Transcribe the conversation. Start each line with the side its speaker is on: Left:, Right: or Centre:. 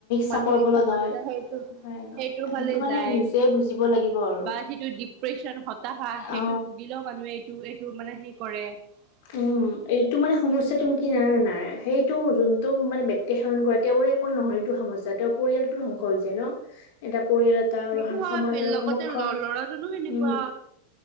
Right: মানসিক
Left: চাপৰ ফলত
Right: সমস্যা
Left: হয়
Right: সেইটো -সেইটোৰ
Left: হয় আৰু
Right: ফালে
Left: সেইটো মানে
Right: যায়
Left: নিজে বুজিব লাগিব আৰু
Right: বাট যিটো ডিপ্ৰেচন হতাশা সেইটো
Left: অ
Right: ভুগিলেও মানুহে এইটো -এইটো মানে হেই কৰে। <inaudible>
Left: উম এইটো মানে সমস্যা তুমি কি জানা নে নাই সেইটো যোনটো মানে ব্যক্তি সেৱন কৰে তেওঁ তেওঁৰে একো নহয়টো এইটো সমস্যা। স্যা তেওঁৰ পৰিয়ালটো ধ্বংস হৈ যায় ন'এটা পৰিয়ালত তা আৰু
Right: সেইটো
Left: আখান
Right: হয়
Left: সমাজৰো
Right: লগতে
Left: সমক্ষ
Right: ল'ৰাজনো সেনেকুৱা
Left: উম,